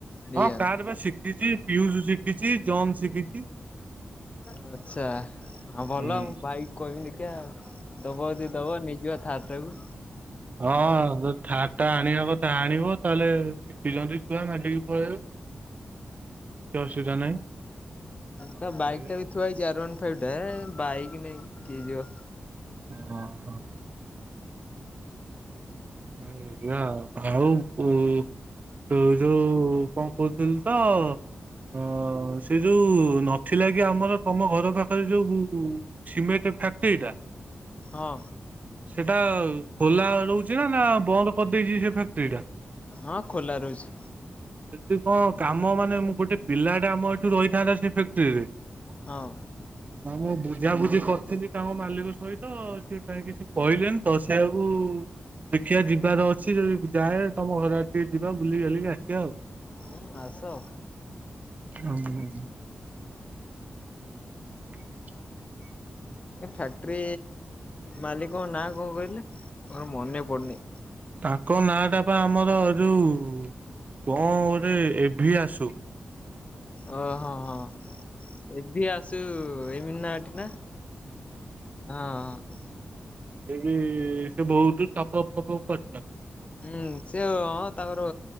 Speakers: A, on the left; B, on the right.
A: ନେଇଯାଆନ୍ତୁ
B: ହଁ କାର ବା ଶିଖିଛି ପିୟୁଶୁ ଶିଖିଛି ଜନ୍ ଶିଖି
A: ଆଚ୍ଛା ଆଉ ଭଲ
B: ହଁ।
A: ଆଉ ମୁଁ ଭାଇକି କହିମି ଦେଖିବା ଆଉ। ଦବ ଯଦି ଦବ ନେଇଯିବା ଥାର ଟାକୁ।
B: ହଁ ଯଦି ଥାର୍ ଟା ଆଣି ହବ ତ ଆଣିବ ତାହେଲେ ଶିଖିଛନ୍ତି ଛୁଆ ମାଡିକି ପଳେଇବେ। କିଛି ଅସୁବିଧା ନାହିଁ
A: ତା ବାଇକ୍
B: ଏଇଆ
A: ଟା ବି ଥୁଆହେଇଛି ଆର୍ ୱାନ୍ <unintelligible> ବାଇକି ନେଇ କିଏ ଯିବ?
B: ଅ ହୋ। ଏଇୟା ଆଉ। ଆଉ ଉ ଉ ଯୋଉ କଣ କହୁଥିଲି ତ ହଁ। ସେ ଯୋଉ ନଥିଲା କି ଆମର ତମ ଘର ପାଖରେ ଯୋଉ ସିମେଣ୍ଟ୍ ଫ୍ୟାକ୍ଟ୍ରିଟା
A: ହଁ
B: ସେଟା ଖୋଲା ରହୁଚି ନା ନା ବନ୍ଦ କରିଦେଇଛି ସେ ଫା ସ୍ତ୍ରୀ ଟା
A: ହଁ ଖୋଲା ରହୁଛି
B: ଏଥିରୁ କଣ କାମ ମା ମୁଁ ଗୋଟେ ପିଲା ଟା ଆମ ଏଠୁ ରହିଥାନ୍ତା ସେ ଫେକ୍ଟ୍ରିରେ।
A: ହଁ
B: ନା ମୁଁ ବୁଝାବୁଝି କରିଥିଲି ତାଙ୍କ ମାଲିକ ସହିତ ସେ କାଇଁ କିଛି କହିଲେନି ତ ସେୟାକୁ ଦେଖିଆ ଯିବାର ଅଛି ଯଦି ଯାଏ ତମ ଘର ଆଡେ ଟିକେ ଯିବା ବୁଲିକି ବାଲିକି ଆସିବା ଆଉ।
A: ହୁଁ ଆସ।
B: ହୁଁ। <inaudible>
A: ଫାକ୍ଟ୍ରି ମାଲିକ ନା କଣ କହିଲେ ମୋର ମନେ ପଡୁନି।
B: ତାଙ୍କ ନାଁ ଟା ପା ଆମର ଯୋଉ କଣ ଗୋଟେ ଏ ଭି ଆସୁ।
A: ଓହୋ ହଁ ଏଭି ଆସୁ ଏଇ ମନାଟି ନା? ହଁ ହଁ।
B: ଦେଇକି ସେ ବହୁତ ଟପପ ଫପପ
A: ହୁଁ ସେ ହଁ ତାଙ୍କର